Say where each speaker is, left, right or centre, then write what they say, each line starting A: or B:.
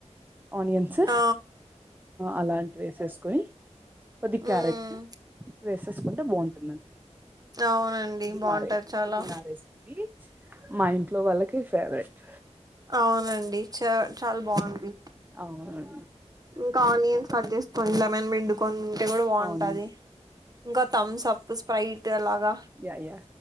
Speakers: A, on the right (about 15°); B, on the right (about 30°).
A: ఆనియన్స్
B: ఆ!
A: అలాంటివి వేసేసుకొని కొద్దిగ్
B: హ్మ్.
A: క్యారెట్ వేసేసుకుంటే బాగుంటదండి
B: అవునండి బాగుంటది
A: ఇది
B: చాలా
A: నా రెసిపీ మా ఇంట్లో వాళ్ళకి ఫేవరెట్
B: అవునండి చ చాలా బాగుంది
A: అవునండి
B: ఇంకా ఆనియన్స్
A: కొద్
B: కట్ చేసుకొని లెమన్ పిండుకొని ఉంటే కూడా బాగుంటది
A: అవును
B: ఇంకా థమ్స్ అప్ స్ప్రైట్ అలాగా
A: యాయా